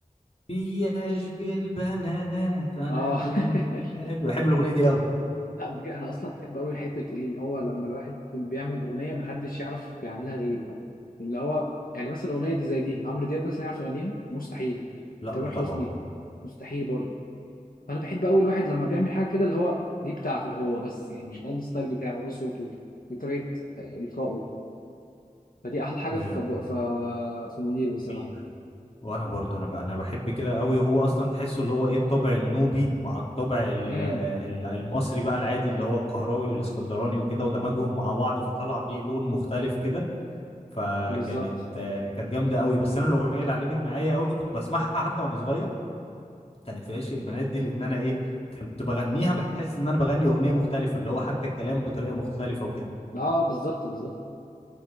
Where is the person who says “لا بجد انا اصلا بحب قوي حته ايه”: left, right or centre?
Left